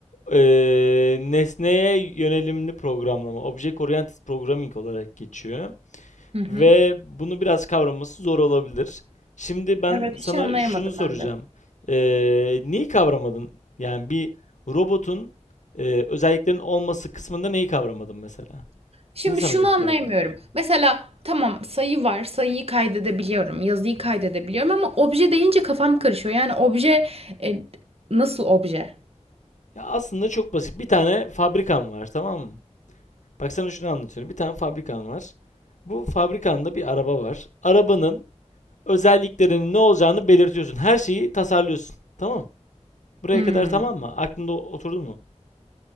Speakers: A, on the left; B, on the right.
A: Eee, nesneye yönelimli programlama, Object Oriented Programming olarak geçiyor.
B: Hı hı.
A: Ve bunu biraz kavraması zor olabilir. Şimdi ben
B: Evet
A: sana
B: hiç anlayamadım
A: şunu soracağım.
B: ben de.
A: Eee, neyi kavramadın? Yani bir robotun eee özelliklerinin olması kısmında neyi kavramadın mesela?
B: Şimdi
A: Ne sana
B: şunu
A: garip
B: anlayamıyorum.
A: geldi?
B: Mesela tamam sayı var, sayıyı kaydedebiliyorum, yazıyı kaydedebiliyorum ama obje deyince kafam karışıyor. Yani obje e, nasıl obje?
A: Ya aslında çok basit. Bir tane fabrikan var, tamam mı? Bak sana şunu anlatıyorum. Bir tane fabrikan var. Bu fabrikanda bir araba var. Arabanın özelliklerinin ne olacağını belirtiyorsun. Her şeyi tasarlıyorsun. Tamam. Buraya
B: Hmm,
A: kadar tamam mı? Aklında oturdu mu?